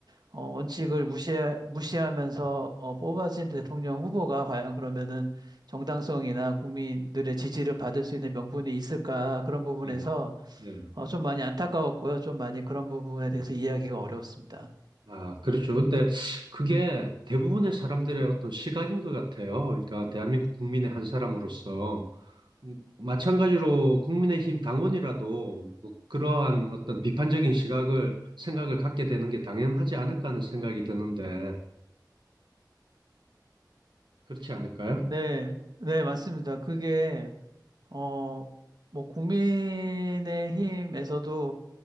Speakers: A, on the right; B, on the right.
A: 어, 원칙을 무시하, 무시하면서 어, 뽑아진 대통령 후보가 과연 그러면은 정당성이나 국민들의 지지를 받을 수 있는 명분이 있을까 그런 부분에서
B: 네, 네.
A: 어, 좀 많이 안타까웠고요. 좀 많이 그런 부분에 대해서 이해하기가 어려웠습니다.
B: 아, 그렇죠. 근데 그게 대부분의 사람들의 어떤 시각인 것 같아요. 그러니까 대한민국 국민의 한 사람으로서. 마찬가지로 국민의힘 당원이라도 그러한 어떤 비판적인 시각을 생각을 갖게 되는 게 당연하지 않을까 하는 생각이 드는데 그렇지 않을까요?
A: 네, 네, 맞습니다. 그게 어, 뭐 국민의힘에서도